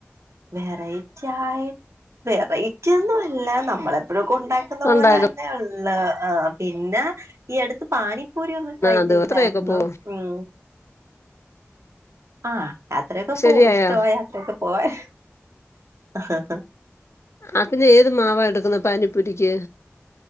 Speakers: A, on the right; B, on the left.
A: വെറൈറ്റി ആയി വെറൈറ്റി ഒന്നുല്ല നമ്മളെപ്പഴും ഉണ്ടാക്കുന്ന പോലെന്നെ
B: ഉണ്ടാക്കുന്ന
A: ഉള്ളൂ ആ പിന്നെ ഈ അടുത്ത് പാനി പ്പൂരി ഒന്ന് ട്രൈ
B: അത്
A: ചെയ്തായിരുന്നു
B: എത്രയൊക്കെ പോവും
A: ഉം ആ യാത്രയൊക്കെപോകും
B: ശരിയായോ
A: ഇഷ്ടമായാ യാത്രയൊക്കെ പോവാൻ ഹഹഹ
B: അതിന് ഏതുമാവാ എടുക്കുന്ന പാനിപ്പുരിക്ക്